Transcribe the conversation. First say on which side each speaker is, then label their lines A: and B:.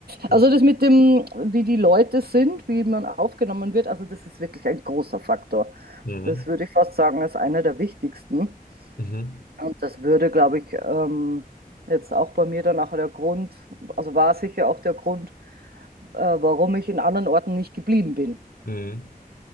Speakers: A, on the left; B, on the right.
A: ja.
B: Also das mit dem, wie die Leute sind, wie man aufgenommen wird, also das ist wirklich ein großer Faktor.
A: Mhm.
B: Das würde ich fast sagen, ist einer der wichtigsten.
A: Mhm.
B: Und das würde, glaube ich, ähm, jetzt auch bei mir dann auch der Grund, also war sicher auch der Grund, äh, warum ich in anderen Orten nicht geblieben bin.
A: Mhm.